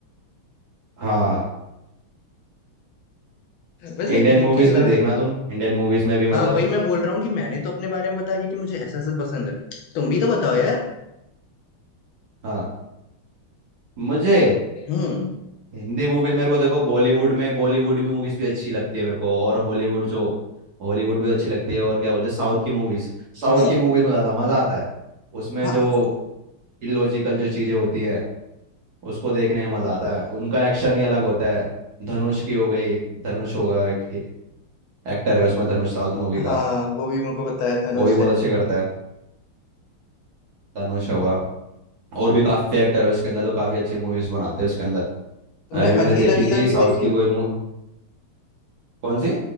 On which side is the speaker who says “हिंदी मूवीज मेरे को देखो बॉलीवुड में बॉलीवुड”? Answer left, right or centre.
Right